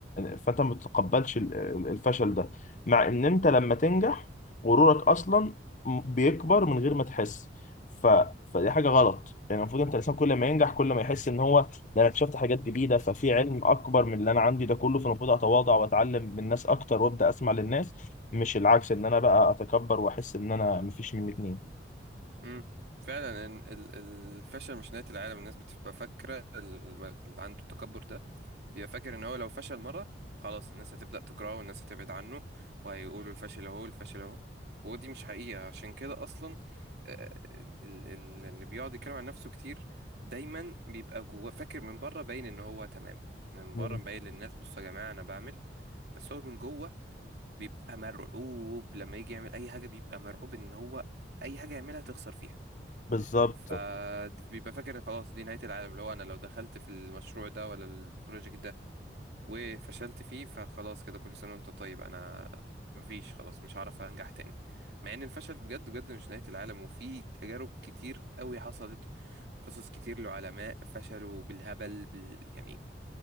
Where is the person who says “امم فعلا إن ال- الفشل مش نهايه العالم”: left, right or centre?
Right